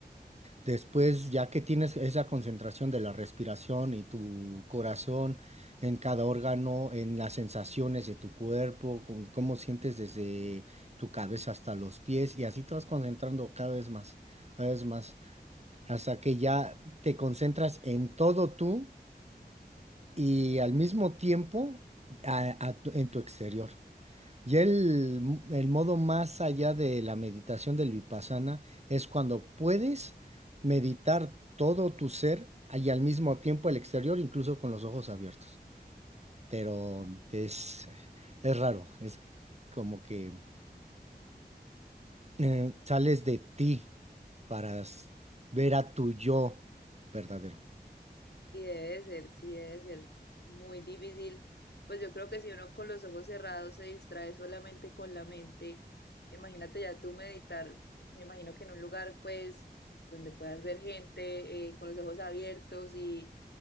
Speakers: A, on the right (about 40°); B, on the left (about 80°).
A: Después, ya que tienes esa concentración de la respiración y tu corazón en cada órgano, en las sensaciones de tu cuerpo, cómo, cómo sientes desde tu cabeza hasta los pies, y así te vas concentrando cada vez más, cada vez más, hasta que ya te concentras en todo tú y al mismo tiempo a- a tu- en tu exterior. Ya el, el modo más allá de la meditación del vipassana es cuando puedes meditar todo tu ser y al mismo tiempo el exterior, incluso con los ojos abiertos. Pero es, es raro, es como que eh, sales de ti para s- ver a tu yo verdadero.
B: Y debe ser, sí, debe ser muy difícil. Pues yo creo que si uno con los ojos cerrados se distrae solamente con la mente, imagínate ya tú meditar, me imagino que en un lugar pues donde puedas ver gente eh, con los ojos abiertos y,